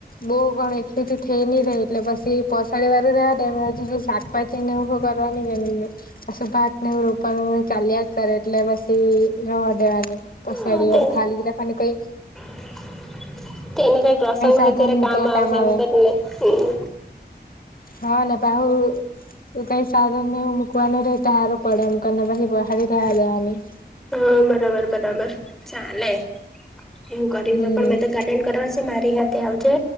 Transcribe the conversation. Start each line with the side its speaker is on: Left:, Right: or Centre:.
Left: બોવ ઘણી એકલીથી થઈ ની રે એટલે પછી પસાડી વાળું રેવા દેમ અજી અજુ શાકભાજી નેવુ હો કરવાની કેની મે પસી ભાત નેવુ રોપનુ ચાલીયા જ કરે એટલે બસ રવાડેવાની પસાડી
Centre: હા તે
Left: વાડુ ખાલી જ રાખવાની કંઈ
Centre: <inaudible> તેને કઈ પ્રસંગ હોઈ
Left: સાધન
Centre: ત્યારે
Left: મૂકવા
Centre: કામ આવ હે
Left: આવે
Centre: એમ કરીને હમ
Left: હા ને પાહુ તો કઈ સાધન ને એવું મૂકવાનું રેય ત હારું પડે એમ કરને પછી પહાડી રેવાડેવાની
Centre: હા બરાબર બરાબર ચાલે એવું કરીને
Left: હમ
Centre: પણ મેં તો ગાર્ડન કરવા મારી સાથે આવજે